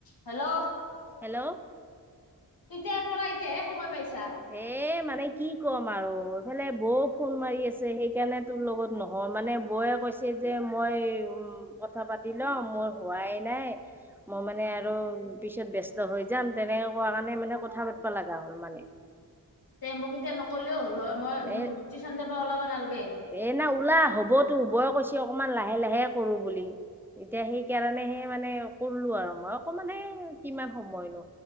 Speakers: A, on the left; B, in the centre.
A: Hello
B: hello
A: তেতিয়াৰ পৰা এতিয়াহে সময় পাইছা
B: এ মানে কি কম আৰু ইফালে বৌ ফোন মাৰি আছে, সেইকাৰণে তোৰ লগত নহয় মানে বৌৱে কৈছে যে মই উম কথা পাতি লওঁ। মোৰ হোৱাই নাই মই মানে আৰু পিছত ব্যস্ত হৈ যাম। তেনেকে কোৱা কাৰণে মানে কথা পাতিবা লগা হ'ল মানে।
A: তে মোক এতিয়া নকলেও হ'ল হয় মই উ
B: এ
A: টিউশ্যন যাবা ওলাবা নালাগে।
B: এ না ওলা হ'বতো বৌয় কৈছে অকমান লাহে লাহে কৰো বুলি, এতিয়া সেইকাৰণে হে মানে কৰলো আৰু মই অকমানানে কিমান সময়নো।